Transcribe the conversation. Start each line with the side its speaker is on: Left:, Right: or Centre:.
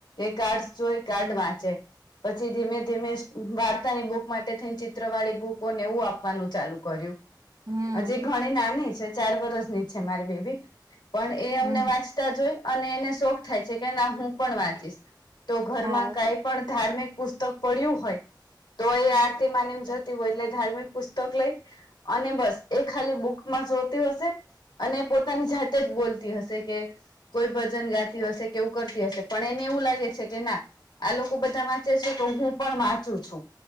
Left: એ કાર્ડસ જોય કાર્ડ વાંચે પછી ધીમે ધીમે વાર્તાની બુક માટે થઈને ચિત્ર વાળી બુકોને એવું આપવાનું ચાલુ કર્યું.
Right: હમ
Left: હજી ઘણી નાની છે ચાર વરસની છે મારી બેબી પણ એ અમને
Right: હમ
Left: વાંચતા જોય અને એને શોખ થાય છે કે ના હું પણ વાંચીશ. તો ઘરમાં
Right: હા
Left: કાઈ પણ ધાર્મિક પુસ્તક પડ્યું હોય. તો એ આરતીમાં ને એમ જતી હોય એટલે ધાર્મિક પુસ્તક લઈ અને બસ એ ખાલી બુકમાં જોતી હશે અને પોતાની જાત તે જ બોલતી હશે કે કોઈ ભજન ગાતી હશે કે એવું કરતી હશે પણ એને એવું લાગે છે કે ના આ લોકો બધા વાંચે છે તો હું પણ વાંચું છું.